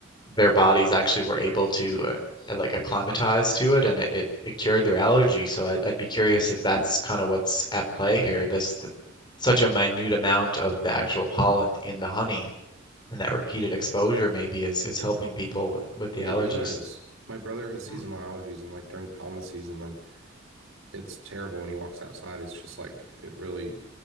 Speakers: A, on the left; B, on the right.
A: their bodies actually were able to uh, uh, like acclimatize to it and it, it, it cured their allergy. So I'd, I'd be curious if that's kind of what's at play here. This such a minute amount of the actual pollen in the honey and that repeated exposure maybe is, is helping people with, with the allergies.
B: it does. My brother has seasonal
A: Hmm,
B: allergies, and like during pollen season, like it's terrible when he walks outside. It's just like it really